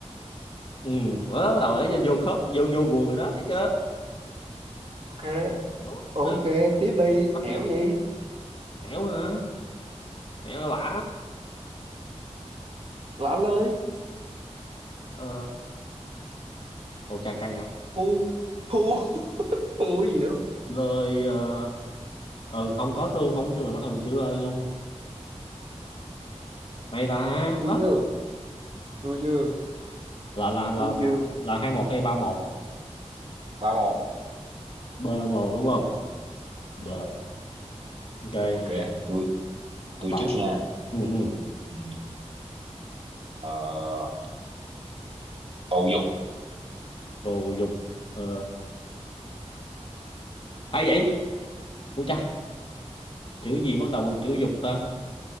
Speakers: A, on the left; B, on the right.
A: ừ đó, bắt đầu để vô khớp vô vô guồng rồi đó thấy chưa
B: ok
A: đúng
B: ok
A: ừ.
B: tiếp đi
A: bắt
B: ẻo
A: nhịp
B: gì
A: rồi đó hẻo hả hẻo lả
B: lả lơi
A: ờ ồ chà căng à
B: Phu Phu Phu <laughs> cái gì nữa
A: lời ờ ừ, không có luôn không tưởng là bắt đầu từ chữ lời luôn hay ta
B: thua
A: đó
B: chưa thua chưa
A: là là là
B: thua
A: là,
B: chưa
A: là hai một hay ba một
B: ba một
A: b một đúng không
B: ba một ừ.
A: rồi ok
B: ok
A: vậy
B: tôi
A: bắt
B: tôi
A: đầu
B: trước nha
A: ừ ừ
B: ừ. ờ, bầu dục
A: bồ dục ờ hay vậy u cha chữ gì bắt đầu bằng chữ dục ta